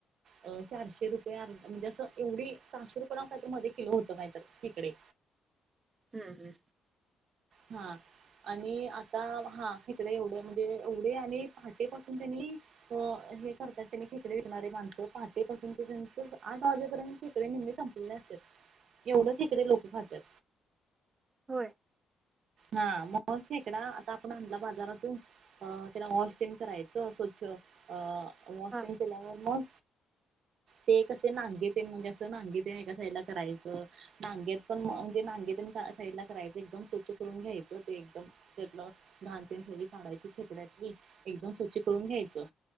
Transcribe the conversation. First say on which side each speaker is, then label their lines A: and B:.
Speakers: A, on the right (about 65°); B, on the right (about 30°).
A: चारशे रुपये अर्धा म्हणजे असं एवढी सहाशे रुपये ना का मध्ये किलो होतं काहीतरी खेकडे
B: हं हं
A: हां आणि आता हा खेकड्या एवढ्या म्हणजे एवढे आणि पहाटेपासून त्यांनी हे करतात त्यांने खेकडे घेणारे माणसं पहाटेपासून ते त्यांचे आठ वाजेपर्यंत खेकडे निम्म संपतात. एवढंच खेकडे लोक खातात.
B: होय
A: हा मग खेकडा आता आपण आणला बाजारातून अ त्याला वॉश तेन करायचं स्वच्छ अ मचे
B: हा
A: लागणार मग ते कसे नागे ते म्हणजे असं नागेेत एका साईडला करायचं. नाग्यात पण म्हणजे नागेत साईड ला करायचं एकदम स्वच्छ करून घ्यायचं ते एकदम त्यातलं घाणबीण सगळी काढायची खेकड्यातली एकदम स्वच्छ करून घ्यायचं.